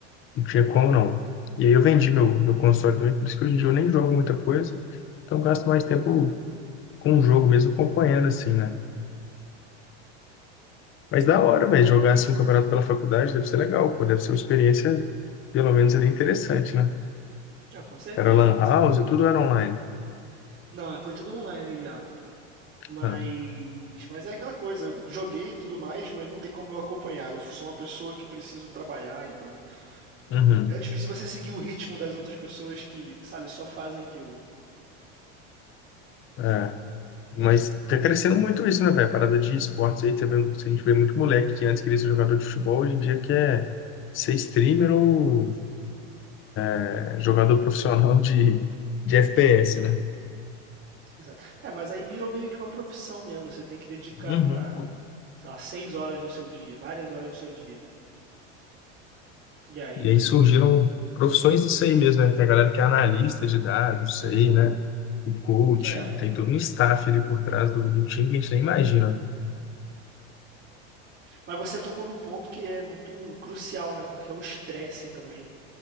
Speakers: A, on the left; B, on the right.
A: Não tinha como não. E aí eu vendi meu, meu console também, por isso que hoje em dia eu nem jogo muita coisa. Então eu gasto mais tempo com o jogo mesmo, acompanhando, assim, né? Mas da hora, velho, jogar assim um campeonato pela faculdade deve ser legal, pô, deve ser uma experiência, pelo menos ali, interessante, né?
B: É, com certeza,
A: Era lan
B: com
A: house
B: certeza.
A: e tudo era online.
B: Não, foi tudo online já. Mas,
A: Ah,
B: mas é aquela coisa, eu joguei e tudo mais, mas não tem como eu acompanhar. Eu sou uma pessoa que preciso trabalhar, então
A: uhum,
B: é difícil você seguir o ritmo das outras pessoas que, sabe, só fazem aquilo.
A: é. Mas tá crescendo muito isso, né, velho? A Parada de esportes aí, tá vendo? A gente vê muito moleque que antes queria ser jogador de futebol, hoje em dia quer ser streamer ou é, jogador profissional de, de FPS, né?
B: Exato. É, mas aí virou meio que uma profissão mesmo. Você tem que dedicar,
A: Uhum.
B: sei lá, seis horas do seu dia, várias horas do seu dia E aí,
A: E aí surgiram profissões disso aí mesmo, né? Tem a galera que é analista de dados, isso aí, né? O coach,
B: é.
A: tem todo um staff ali por trás do, do time que a gente nem imagina.
B: Mas você tocou num ponto que é muito crucial, né? Porque é o estresse também.